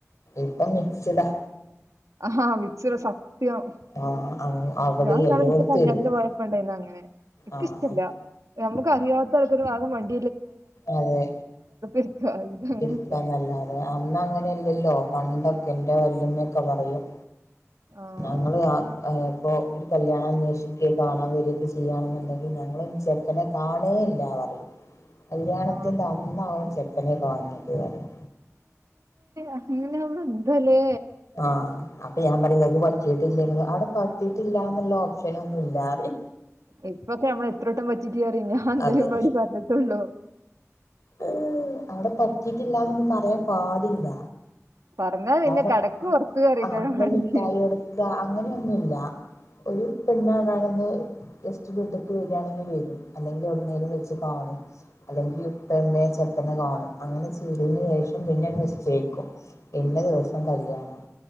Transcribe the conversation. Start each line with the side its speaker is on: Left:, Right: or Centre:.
Left: ഇപ്പൊ മിക്സ്ഡാ
Right: ആഹാ മിക്സ്ഡ് സത്യം
Left: ആഹ് അവിടെ
Right: ഞാൻ ഇന്നാണ്
Left: എല്ലോടത്തും
Right: ഒരു ദിവസം കല്യാണത്തിന്
Left: ഇരിക്കാം
Right: പോയപ്പോൾ ഉണ്ടായിരുന്നു അങ്ങനെ എനിക്ക്
Left: ആഹ്
Right: ഇഷ്ടില്ല നമുക്ക് അറിയാത്ത ആൾക്കൊരു ഭാഗം വണ്ടി
Left: അതെ
Right: ഇരിക്ക ഇത് അങ്ങനെല്ല
Left: എടുക്കാനല്ല അതെ അന്ന് അങ്ങനെയല്ല ല്ലോ പണ്ടൊക്കെന്റെ വല്ല്മയൊക്കെ പറയും
Right: ആഹ്
Left: ഞങ്ങള് ഇപ്പോ ഒരു കല്യാണം അന്വേഷിക്കേ കാണാൻ വരിയൊക്കെ ചെയ്യണെന്നുണ്ടെങ്കിൽ ഞങ്ങൾ ചെക്കനെ കാണേയില്ല പറയും കല്യാണത്തിന്റെ
Right: ആഹ്
Left: അന്നാവും ചെക്കനെ കാണുന്നത് പറയും
Right: അങ്ങനെയാ എന്താല്ലേ
Left: ആഹ് അപ്പൊ ഞാൻ പറഞ്ഞ് പറ്റിട്ടില്ലെങ്കി അവിടെ പറ്റിയിട്ടില്ലാന്നുള്ള ഓപ്ഷനൊന്നുമില്ലാറി
Right: ഇപ്പൊക്കെ നമ്മളെത്രവട്ടം പറ്റിയിട്ടില്ല പറയും ഞാൻ ഇന്നലെം
Left: അതെ
Right: പാട് പറഞ്ഞിട്ടേള്ളൂ പറഞ്ഞിട്ടുള്ളൂ
Left: ഉം അവിടെ പറ്റീട്ടില്ലന്നൊന്നും പറയാൻ പാടില്ല
Right: പറഞ്ഞാ പിന്നെ
Left: കാരണം
Right: കടക്ക്
Left: ആ
Right: പുറത്ത് അറിയിക്കാരം
Left: ആ അങ്ങനെ
Right: വാണെങ്കി
Left: മിഠായി കൊടുക്കുക അങ്ങനെയൊന്നുല്ല ഒരു പെണ്ണാണാണെന്ന് ജസ്റ്റ് വീട്ടിക്ക് വരികയാണെങ്കിൽ വരും അല്ലെങ്കിൽ എവിടേലും വെച്ച് കാണും അല്ലെങ്കിൽ ഇപ്പോ ചിലപ്പോൾ കാണും അങ്ങനെ ചെയതേന് ശേഷം പിന്നെ മിസ്റ്റേക്കും ഇന്ന ദിവസം കല്യാണം